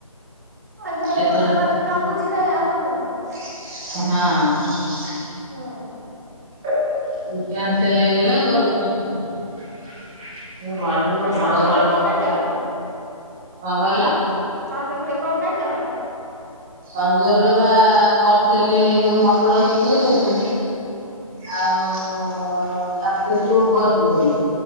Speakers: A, on the right; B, in the centre.
A: ଆଉ ଯୋଉ
B: ଏଥର
A: ଗୋଟେ ପାଟିରେ ନ ବୁଝିଲେ ହବ କେମିତି?
B: ହଁ।
A: ହଁ।
B: କ୍ୟାନ୍ସେଲ ହେଇଗଲା ଗଲୁନାଇ। ଘଡଘଡିି ମାରୁଛି
A: ଆଉ
B: କଣ
A: ସଞ୍ଜ ବେଳେ ଖାଇଥିଲ?
B: କହିଲ?
A: ସାଞ୍ଜ ବୁଡେ କଣ ଖାଇଥିଲ?
B: ସଞ୍ଜ ଗୁଡେ ବା କରିଥିଲି ଯୋଉ ମଟର ସିଝେଇଥିଲି ଆଉ ତାକୁ ଟିକେ ସୁପ୍ କରିଦେଇଥିଲି।